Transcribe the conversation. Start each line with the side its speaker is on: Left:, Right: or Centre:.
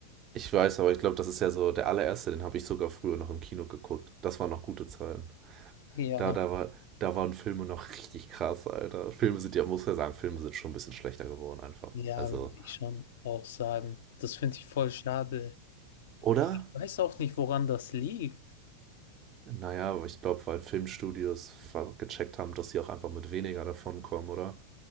Right: Ich weiß, aber ich glaube, das ist ja so der allererste, den habe ich sogar früher noch im Kino geguckt. Das waren noch gute Zeiten.
Left: Ja,
Right: Da, da, war, da waren Filme noch richtig krass, Alter. Filme sind ja, muss ja sagen, Filme sind schon ein bisschen schlechter geworden einfach.
Left: ja,
Right: Also,
Left: würde ich schon auch sagen. Das finde ich voll schade.
Right: oder?
Left: Ich weiß auch nicht, woran das liegt.
Right: Naja, aber ich glaube, weil Filmstudios ver- gecheckt haben, dass sie auch einfach mit weniger davon kommen, oder?